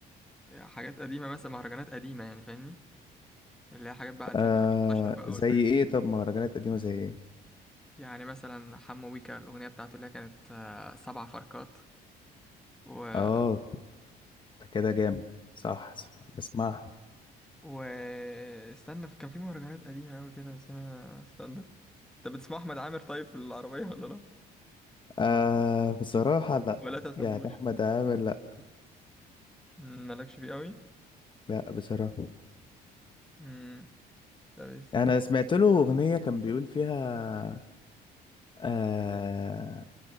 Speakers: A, in the centre; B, on the left.
A: حاجات قديمة مثلا مهرجانات قديمة يعني فاهمني اللي هي حاجات بقى 2014
B: آه
A: بقى
B: زي
A: والحاجات
B: ايه
A: دي
B: طب مهرجانات قديمة زي ايه
A: يعني مثلا حمو بيكا الأغنية بتاعته اللي هي كانت آه، سبع فركات وفاهم
B: اه ده كده جامد صح صح، بسمعها
A: واستنى كان في مهرجانات قديمة أوي كده بس أنا استنى أنت بتسمع أحمد عامر طيب في العربية ولا لأ؟
B: آه بصراحة لا
A: ولا أنت بتحبوش؟
B: يعني أحمد عامر لا
A: مم، مالكش فيه أوي؟
B: لا بصراحة
A: مم، طب است-
B: أنا سمعت له أغنية كان بيقول فيها آه